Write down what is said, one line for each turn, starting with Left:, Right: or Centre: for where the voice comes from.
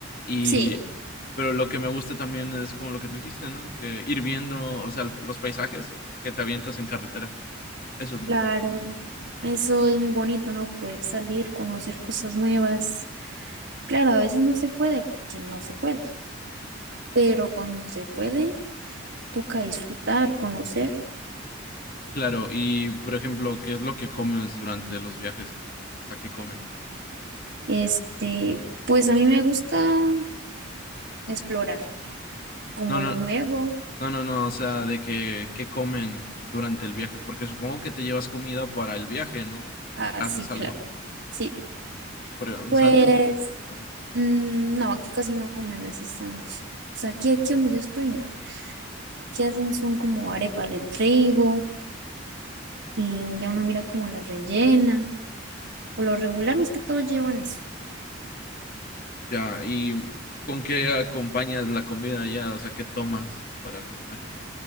Left: Y,
Right: Sí,
Left: pero lo que me gusta también es como lo que tú dijiste, ¿no? Que ir viendo, o sea, los paisajes que te avientas en carretera. Eso es muy
Right: Claro,
Left: bonito.
Right: eso es muy bonito, ¿no? Poder salir, conocer cosas nuevas. Claro, a veces no se puede, porque no se puede, pero cuando se puede, toca disfrutar, conocer.
Left: Claro, y por ejemplo, ¿qué es lo que comes durante los viajes? O sea, ¿qué comen
Right: Este,
Left: allá?
Right: pues a mí me gusta explorar como
Left: No, no,
Right: lo nuevo.
Left: no, no, no, o sea, de que, ¿qué comen durante el viaje? Porque supongo que te llevas comida para el viaje, ¿no?
Right: Así,
Left: Te haces algo,
Right: claro. Sí.
Left: por ejemplo, un
Right: Pues,
Left: sándwich. un-
Right: mm, no, aquí casi no comen así sándwich. Pues aquí, aquí donde yo estoy, no. Aquí hacen son como arepas de trigo y ya uno mira como la rellena. Por lo regular, más que todo llevan eso.
Left: Ya, ¿y con qué acompañas la comida allá? O sea, ¿qué tomas para comer?